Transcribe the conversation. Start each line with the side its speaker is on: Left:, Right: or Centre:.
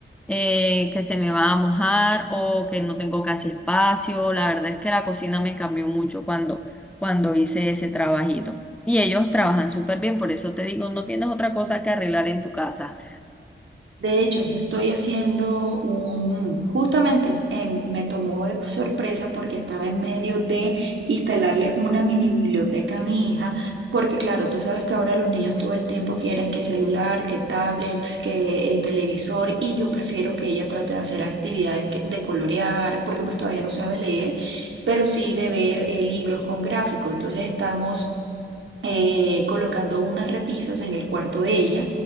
Centre: eh, que se me va a mojar o que no tengo casi espacio. La verdad es que la cocina me cambió mucho cuando, cuando hice ese trabajito. Y ellos trabajan súper bien, por eso te digo, no tienes otra cosa que arreglar en tu casa.
Right: De hecho, yo estoy haciendo un, justamente eh, me tomó de sorpresa porque estaba en medio de instalarle una mini biblioteca a mi hija, porque claro, tú sabes que ahora los niños todo el tiempo quieren que celular, que tablets, que el televisor, y yo prefiero que ella trate de hacer actividades que- de colorear, porque pues todavía no sabe leer, pero sí de ver eh, libros con gráficos. Entonces estamos... eh, colocando unas repisas en el cuarto de ella